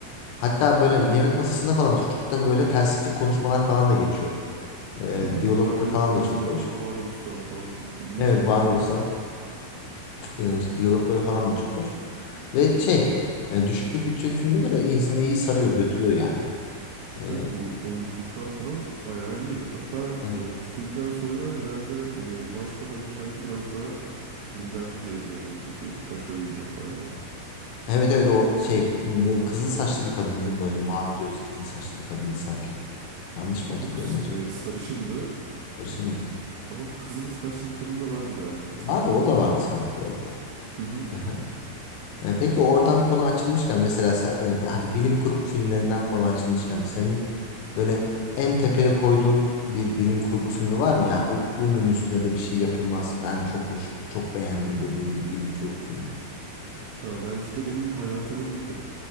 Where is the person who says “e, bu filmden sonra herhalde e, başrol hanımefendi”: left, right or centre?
Right